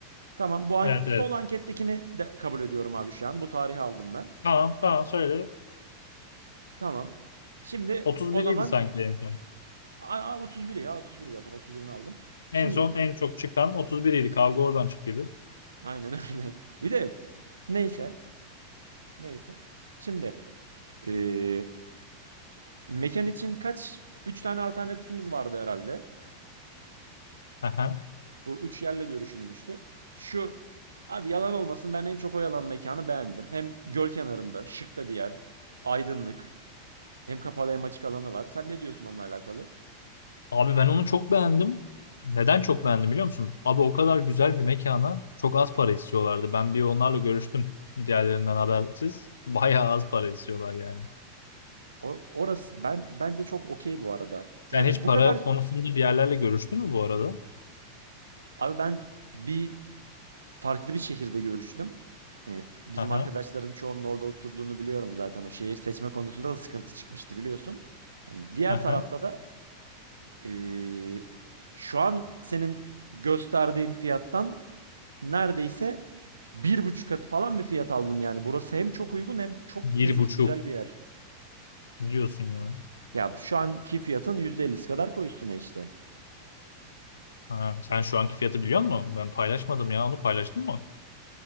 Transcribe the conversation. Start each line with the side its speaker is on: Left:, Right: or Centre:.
Right: Tamam bu an-
Left: Evet
Right: son
Left: evet.
Right: ankettekini de kabul ediyorum abi şu an. Bu tarihi aldım ben.
Left: Tamam tamam söyle.
Right: Tamam. Şimdi
Left: 31
Right: o zaman
Left: idi sanki en son.
Right: a, a, 31 ya 31 zaten 31'ini aldım. Şimdi
Left: En son en çok çıkan 31 idi. Kavga oradan çıktıydı.
Right: aynen öyle. <laughs> Bir de neyse neyse. Şimdi ee, mekan için kaç 3 tane alternatifimiz vardı herhalde.
Left: Aha.
Right: Bu üç yerle görüşülmüştü. Şu abi yalan olmasın ben en çok o yalan mekanı beğendim. Hem göl kenarında şık da bir yer. Aydınlık. Hem kapalı hem açık alanı var. Sen ne diyorsun onunla alakalı?
Left: Abi ben onu çok beğendim. Neden çok beğendim biliyor musun? Abi o kadar güzel bir mekana çok az para istiyorlardı. Ben bir onlarla görüştüm diğerlerinden habersiz. Bayağı az para istiyorlar yani.
Right: O, orası ben bence çok okey bu arada.
Left: Sen
Right: Yani
Left: hiç
Right: bu
Left: para
Right: kadar
Left: konusunda bir yerlerle görüştün mü bu arada?
Right: abi ben bir farklı bir şehirde görüştüm. Hani bizim
Left: Aha,
Right: arkadaşların çoğunun orada oturduğunu biliyorum zaten. O şehir seçme konusunda da sıkıntı çıkmıştı biliyorsun. Hani diğer
Left: aha.
Right: tarafta da eee, şu an senin gösterdiğin fiyattan neredeyse bir buçuk katı falan bir fiyat aldım yani. Burası hem çok uygun hem çok
Left: Bir
Right: nezih
Left: buçuk
Right: güzel bir yer.
Left: diyorsun ya.
Right: Ya şu anki fiyatın %50'si kadar koy üstüne işte.
Left: Ha, sen şu anki fiyatı biliyor musun? Ben paylaşmadım ya. Onu paylaştın mı?